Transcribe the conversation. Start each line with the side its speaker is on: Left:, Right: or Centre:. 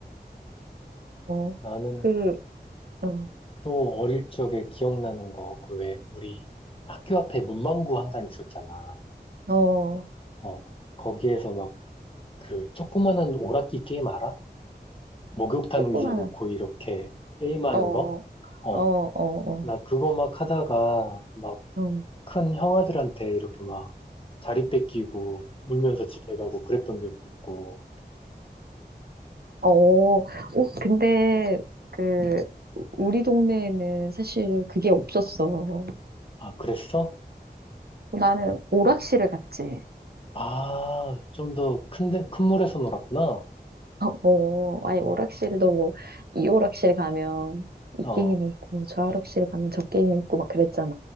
Right: 어,
Left: 나는
Right: 그, 어,
Left: 또 어릴 적에 기억나는 거, 그 왜, 우리 학교 앞에 문방구 항상 있었잖아.
Right: 어,
Left: 어, 거기에서 막 그 조그마한 오락기 게임 알아? 목욕탕
Right: 조그마한,
Left: 의자 놓고 이렇게 게임하는
Right: 어, 어,
Left: 거? 어,
Right: 어, 어, 어,
Left: 나 그거 막 하다가 막
Right: 어, 어,
Left: 큰 형아들한테 이렇게 막 자리 뺏기고 울면서 집에 가고 그랬던 기억도 있고.
Right: 어. 어, 근데 그, 우리 동네에는 사실 그게 없었어.
Left: 아, 그랬어?
Right: 나는 오락실을 갔지.
Left: 아, 좀 더 큰데, 큰 물에서 놀았구나.
Right: 어, 아니, 오락실도 뭐, 이 오락실 가면 이
Left: 어,
Right: 게임이 있고, 저 오락실 가면 저 게임이 있고, 막 그랬잖아.